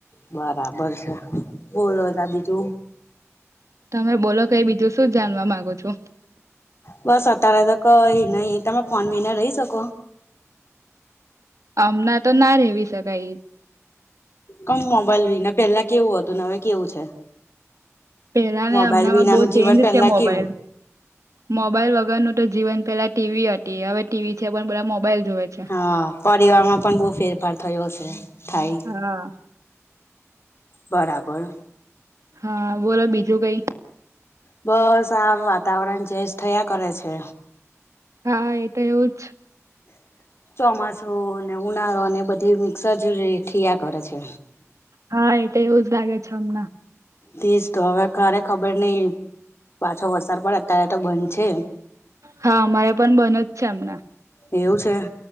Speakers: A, on the left (about 55°); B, on the right (about 75°).
A: બરાબર છે બોલો તાર બીજુ
B: તમે બોલો કઈ બીજું શું જાણવા માંગો છો.
A: બસ અત્યારે તો કઈ નહી તમે ફોન વીના રહી શકો.
B: હમણાં તો ના રેવી શકાય.
A: કમ મોબાઈલ લઈને પેલા કેવું હતું ને હવે કેવું છે.
B: પેલા
A: મોબાઈલ
B: ને હમણાં
A: વિનાનું
B: માં બહુ
A: જીવન
B: ચેન્જ
A: પેલા
B: છે મોબાઈલ
A: કેવું
B: મોબાઈલ વગરનું તો જીવન પેલા ટીવી હતી હવે ટીવી છે પણ બધા મોબાઈલ જોવે છે.
A: હા પરિવારમાં પણ બહુ ફેરફાર થયો છે થાય.
B: હા
A: બરાબર.
B: હા બોલો બીજું કઈ
A: બસ આ વાતાવરણ ચેન્જ થયા કરે છે.
B: હા એ તો એવું જ
A: <inaudible> ચોમાસું અને ઉનાળો અને બધી મિક્સર જ ઠીયા કરે છે.
B: હા એ તો એવું જ લાગે છે હમણાં
A: જ તો હવે કારે ખબર નઈ પાછો વરસાદ પડે અત્યારે તો બંધ છે.
B: હા અમારે પણ બન જ છે અમનેં.
A: એવું છે.